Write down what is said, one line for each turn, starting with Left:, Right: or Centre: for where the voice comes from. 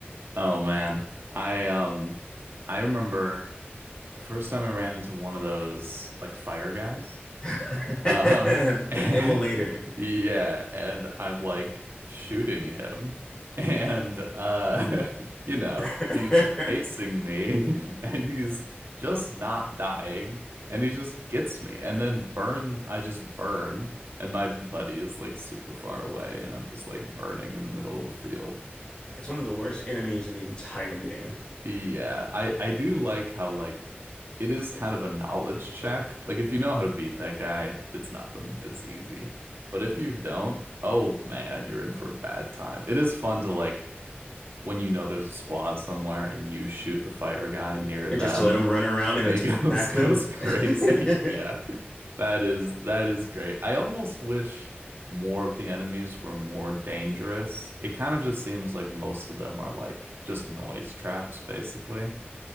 Right: Oh man. I um I remember the first time I ran into one of those like fire guys.
Left: <laughs>
Right: Um,
Left: The
Right: and
Left: immolator.
Right: <laughs> yeah, and I'm like shooting him. And uh, <laughs> you know,
Left: <laughs> That's
Right: he's chasing me <laughs> and he's just not dying. And he just gets me and then burns I just burn. And my buddy is like super far away and I'm just like burning in the middle of a field.
Left: one of the worst enemies in the entire game.
Right: Yeah, I I do like how like it is kind of a knowledge check. Like if you know how to beat that guy, it's nothing. It's easy. But if you don't, oh man, you're in for a bad time. It is fun to like when you know there's a squad somewhere and you shoot the fire guy near
Left: And
Right: them.
Left: just to let them run around and
Right: And he <laughs> goes
Left: attack
Right: goes
Left: them.
Right: crazy.
Left: <laughs>
Right: <laughs> Yeah. That is that is great. I almost wish more of the enemies were more dangerous. It kind of just seems like most of them are like just noise traps, basically